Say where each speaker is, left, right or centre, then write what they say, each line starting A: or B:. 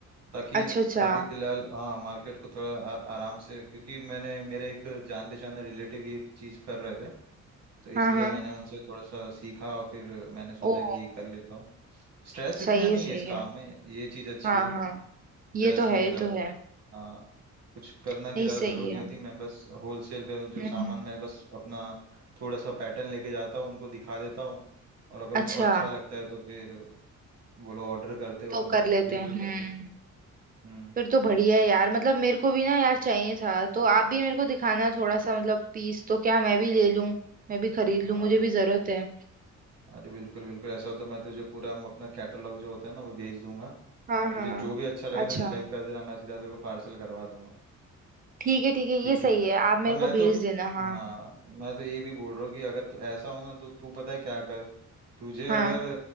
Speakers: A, on the right; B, on the right.
A: ताकि
B: अच्छा अच्छा
A: अभी फिलहाल हाँ मार्केट को थोड़ा आ, आराम से क्योंकि मैंने मेरे एक जान पहचान में रिलेटिव ये चीज़ कर रहे थे तो इसलिए
B: हाँ हाँ
A: मैंने उनसे थोड़ा सा सीखा और फिर मैंने सोचा
B: ओ
A: कि ये कर लेता हूँ स्ट्रेस इतना
B: सही
A: नहीं
B: है सही
A: है इस
B: है
A: काम में ये चीज़ अच्छी
B: हाँ
A: है
B: हाँ ये
A: स्ट्रेस
B: तो है
A: नहीं है
B: ये
A: ज़्यादा
B: तो है
A: हाँ। कुछ करना
B: नहीं
A: की ज़्यादा
B: सही
A: ज़रूरत नहीं
B: है
A: होती मैं बस होलसेल पे जो
B: हम्म
A: सामान मैं बस अपना थोड़ा सा पैटर्न लेके जाता हूँ उनको दिखा देता हूँ और अगर
B: अच्छा
A: उनको अच्छा लगता है तो फिर वो लोग ऑर्डर करते हैं
B: तो
A: और
B: कर
A: मैं उनको
B: लेते
A: भेज
B: हैं हम्म
A: देता हूँ फिर हम्म
B: फिर तो बढ़िया है यार मतलब मेरे को भी ना यार चाहिए था तो आप भी मेरे को दिखाना थोड़ा सा मतलब पीस तो क्या मैं भी ले लूं मैं भी खरीद लूं
A: हाँ
B: मुझे भी जरूरत है
A: अरे बिल्कुल बिल्कुल ऐसा हो तो मैं तुझे पूरा अपना कैटलॉग जो होता है ना वो भेज दूंगा
B: हाँ
A: तुझे
B: हाँ
A: जो भी अच्छा लगे
B: अच्छा
A: ना सिलेक्ट कर देना मैं सीधा तेरे को पार्सल करवा दूंगा
B: ठीक है ठीक है ये
A: ठीक है
B: सही है आप मेरे
A: और मैं
B: को भेज
A: तो
B: देना हाँ
A: हाँ मैं तो ये भी बोल रहा हूँ कि अगर तो ऐसा हो ना तो तू पता है क्या कर तुझे
B: हाँ
A: अगर